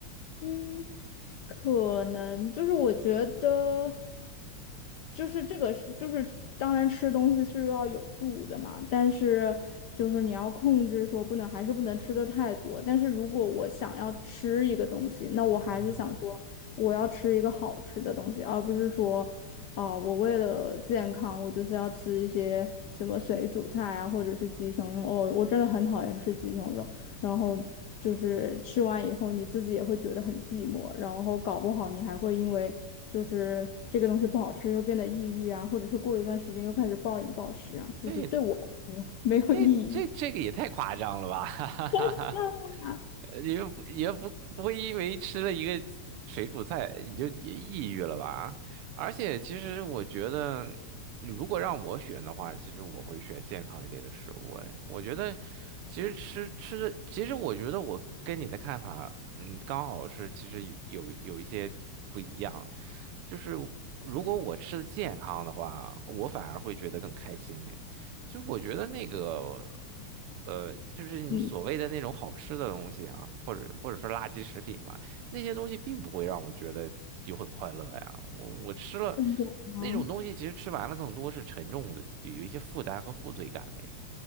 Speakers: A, on the left; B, on the right.
A: 嗯。可能就是我觉得，就是这个是就是当然吃东西是要有度的嘛，但是就是你要控制说不能还是不能吃的太多。但是如果我想要吃一个东西，那我还是想说我要吃一个好吃的东西，
B: 嗯，
A: 而不是说哦、我为了健康，我就是要吃一些什么水煮菜啊，或者是鸡胸肉。哦，我真的很讨厌吃鸡胸肉。然后就是吃完以后你自己也会觉得很寂寞，然后搞不好你还会因为就是这个东西不好吃又变得抑郁啊，或者是过一段时间又开始暴饮暴食啊，就是对我
B: 对。
A: 没有意义。
B: 这这这个也太夸张了吧！<laughs> 哈哈哈哈，
A: <laughs> 那
B: 呃你们不也不不会因为吃了一个水煮菜你就也抑郁了吧？而且其实我觉得，你如果让我选的话，其实我会选健康一点的食物。哎，我觉得其实吃吃的，其实我觉得我跟你的看法，嗯，刚好是其实有有一些不一样。就是如果我吃的健康的话，我反而会觉得更开心。哎。就我觉得那个，呃，就是你所谓的那种好吃的东西啊，
A: 嗯，
B: 或者或者说垃圾食品吧，那些东西并不会让我觉得有很快乐呀。我我吃了
A: 真的吗？
B: 那种东西，其实吃完了更多是沉重的，有有一些负担和负罪感的。